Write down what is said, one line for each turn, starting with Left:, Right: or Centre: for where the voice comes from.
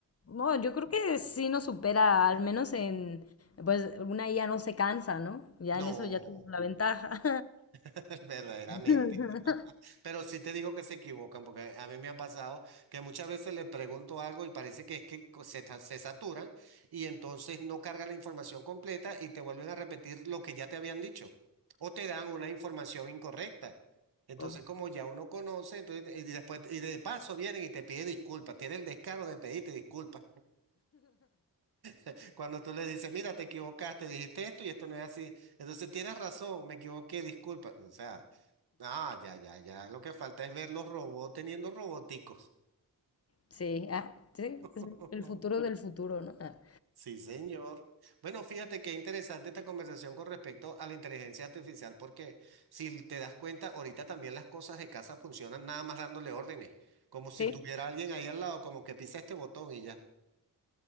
Left: No, yo creo que sí nos supera, al menos en, pues una IA no se cansa, ¿no? Ya
Right: No.
Left: en eso ya tuvo la ventaja.
Right: <laughs> Verdaderamente.
Left: <laughs>
Right: <laughs> Pero sí te digo que se equivocan, porque a mí me ha pasado que muchas veces le pregunto algo y parece que es que co- se, ta- se saturan y entonces no cargan la información completa y te vuelven a repetir lo que ya te habían dicho o te dan una información incorrecta. Entonces,
Left: Oh,
Right: como ya uno conoce, entonces, y después, y de paso vienen y te piden disculpas, tiene el descaro de pedirte disculpas. <laughs> Cuando tú le dices, mira, te equivocaste, dijiste esto y esto no es así. Entonces, tienes razón, me equivoqué, disculpa. O sea. Ah, ya, ya, ya. Lo que falta es ver los robots teniendo roboticos.
Left: sí, ah, sí, es
Right: <laughs>
Left: el futuro del futuro, ¿no? Ah,
Right: Sí, señor. Bueno, fíjate qué interesante esta conversación con respecto a la inteligencia artificial, porque si te das cuenta, ahorita también las cosas de casa funcionan nada más dándole órdenes, como si
Left: sí.
Right: tuviera alguien ahí al lado, como que pisa este botón y ya.